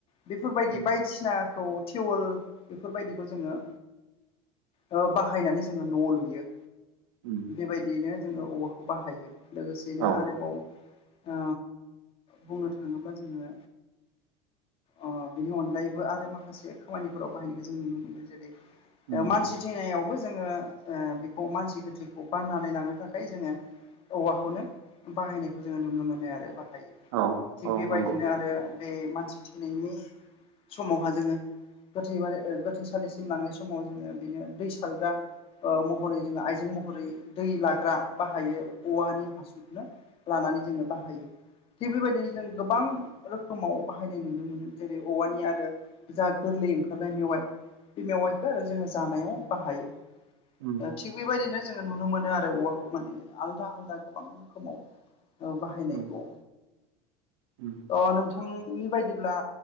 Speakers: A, on the left (about 40°); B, on the right (about 80°).
A: बेफोर बायदि
B: उम
A: बायदिसिनाखौ थिवोल बेफोर बायदिखौ जोङो ओ बाहायनानै जोङो न' लुयो।
B: उम।
A: बेबायदियैनो जोङो औवाखौ बाहायो लोगोसेनो
B: औ
A: आरोबाव ओ बुंनो थाङोब्ला जोङो ओ बेनि अनगायै दायोबो आरो माखासे खामानिफोराव बाहायनायखो जों नुनो मोनो जेरै
B: उम
A: ओ मानसि थैनायावबो जोङो ओ बेखौ मानसि गोथैखौ बाननानै लांनो थाखाय जोङो औवाखौनो बाहायनायखौ जोङो नुनो मोनो आरो बा हायो
B: औ
A: थिग
B: औ
A: बेबायदिनो
B: नंगौ
A: आरो बे मानसि थैनायनि समावहा जोङो गोथै बारि ओ गोथैसालिसिम लांनाय समाव जोङो बिनो दै सारग्रा ओ महरै जोङो आइजें महरै दै लाग्रा बाहायो औवानि हासुं खौनो लानानै जोङो बाहायो। थिग बेबायदिनो जों गोबां रोखोमाव बाहायनाय नुनो मोनो जेरै औवानि आरो जा गोरलै ओंखारनाय मेवाइ बे मेवाइखौ आरो जोङो जानायाव बाहायो।
B: उम
A: ओ थिग बेबायदिनो जोङो नुनो मोनो आरो औवाखौ माने आलदा आलदा गोबां रोखोमाव बाहायनायखौ
B: उम उम
A: थ' नोंथांनि बायदिब्ला